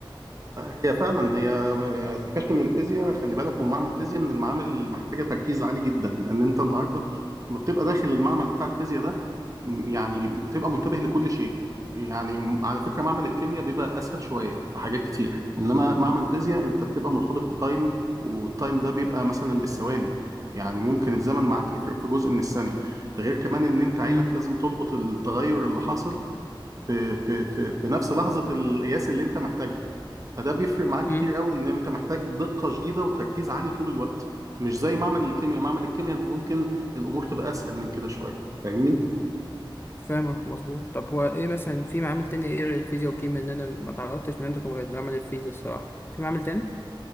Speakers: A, on the right; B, on the left.
A: هي فعلا هي هي استكشف ان الفيزياء خلي بالك هو معمل الفيزياء من المعامل اللي محتاجه تركيز عالي جدا لان انت النهارده لما بتبقى داخل المعمل بتاع الفيزياء ده م- يعني بتبقى منتبه لكل شيء يعني م- على فكره معمل الكيمياء بيبقى اسهل شويه في حاجات كتير انما معمل الفيزياء انت بتبقى مرتبط بتايم والتايم ده بيبقى مثلا بالثواني يعني ممكن الزمن معاك يفرق في جزء من الثانيه ده غير كمان ان انت عينك
B: مم.
A: لازم تلقط التغير اللي حاصل في في في, في نفس لحظه القياس اللي انت محتاجها فده بيفرق معاك
B: مم.
A: كتير قوي ان انت محتاج دقة شديدة وتركيز عالي طول الوقت مش زي معمل الكيمياء معمل الكيمياء انت ممكن الامور تبقى اسهل من كده شوية فاهمني
B: فاهمك مظبوط طب هو إيه مثلا في معامل تاني إيه غير الفيزياء والكيمياء إن أنا ما تعرضتش من عندكم غير لعمل الفيزياء الصراحة في معامل تاني؟